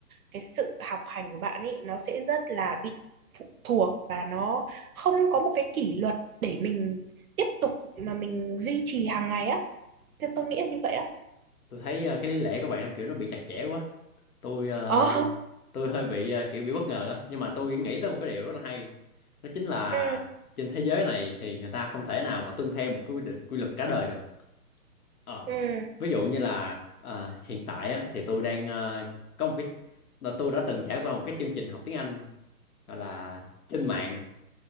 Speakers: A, on the right; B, on the left.
A: cái sự học hành của bạn ấy nó sẽ rất là bị phụ thuộc và nó không có một cái kỷ luật để mình tiếp tục mà mình duy trì hàng ngày á thì tôi nghĩ là như vậy á
B: tôi thấy ờ, cái lý lẽ của bạn nó kiểu nó bị chặt chẽ quá tôi ờ,
A: ờ
B: tôi hơi bị ờ, kiểu bị bất ngờ á nhưng mà tôi nghĩ tới một cái điều rất là hay đó chính là
A: ừ
B: trên thế giới này thì người ta không thể nào mà tuân theo một cái quy định quy luật cả đời được Ờ.
A: ừ
B: ví dụ như là ờ, hiện tại á, thì tôi đang ờ, có một cái là tôi đã từng trải qua một cái chương trình học tiếng Anh gọi là trên mạng